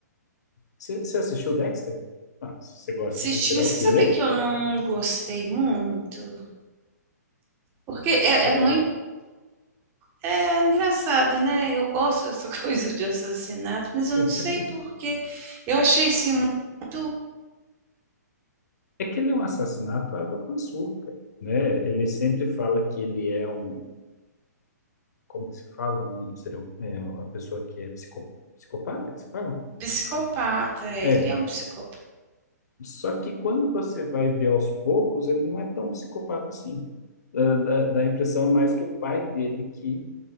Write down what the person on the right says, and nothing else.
assisti,
mas você
sabe que eu não gostei muito? Porque é,
é muito. É engraçado, né? Eu gosto dessa <laughs> coisa de assassinato, mas eu
não sei porquê. Eu achei esse muito
psicopata. é,
Ele é um psicopata.